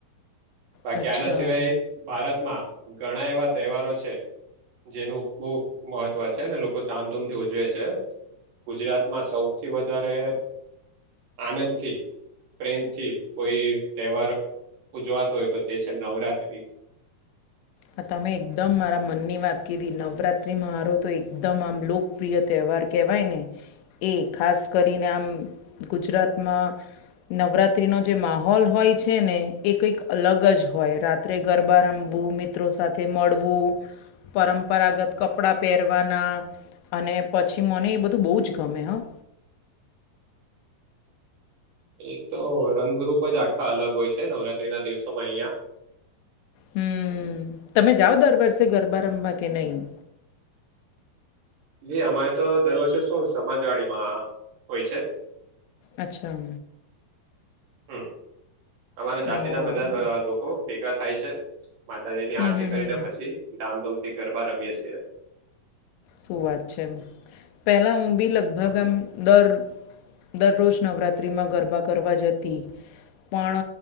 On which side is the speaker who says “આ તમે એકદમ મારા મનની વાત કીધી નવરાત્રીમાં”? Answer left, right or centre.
Left